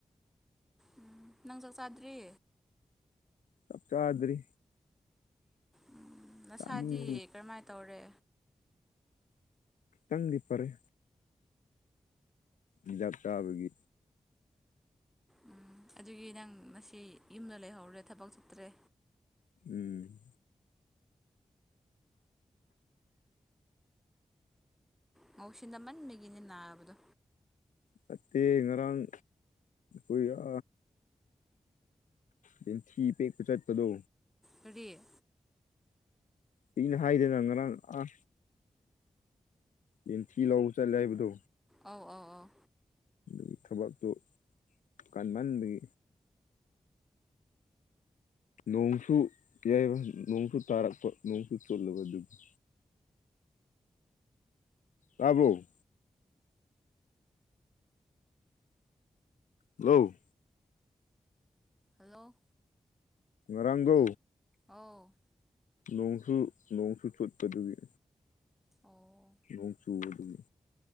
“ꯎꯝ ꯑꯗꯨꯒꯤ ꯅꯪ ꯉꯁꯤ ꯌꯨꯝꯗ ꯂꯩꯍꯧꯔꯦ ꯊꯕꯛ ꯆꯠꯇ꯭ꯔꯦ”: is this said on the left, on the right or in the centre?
Centre